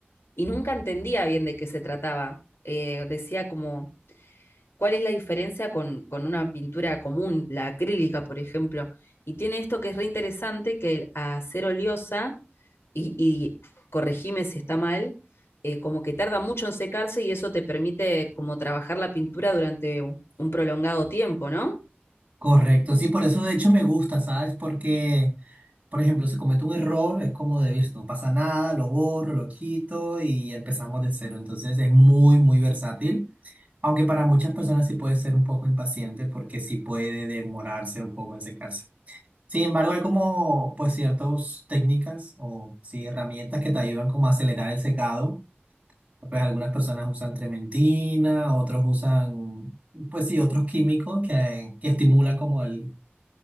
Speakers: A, on the left; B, on the right.
A: y nunca entendía bien de qué se trataba. Eh, decía como ¿Cuál es la diferencia con, con una pintura común, la acrílica, por ejemplo? Y tiene esto que es re interesante, que el- a ser oleosa, y, y corregime si está mal, eh, como que tarda mucho en secarse y eso te permite como trabajar la pintura durante un un prolongado tiempo, ¿no?
B: Correcto, sí, por eso de hecho me gusta, ¿sabes? Porque, por ejemplo, si cometo un error, es como de, "Vis, no pasa nada, lo borro, lo quito y empezamos de cero. Entonces es muy, muy versátil, aunque para muchas personas sí puede ser un poco impaciente porque sí puede demorarse un poco en secarse. Sin embargo, hay como, pues, ciertas técnicas o sí, herramientas que te ayudan como a acelerar el secado. Pues algunas personas usan trementina, otros usan... Pues sí, otros químicos que, que estimulan como el,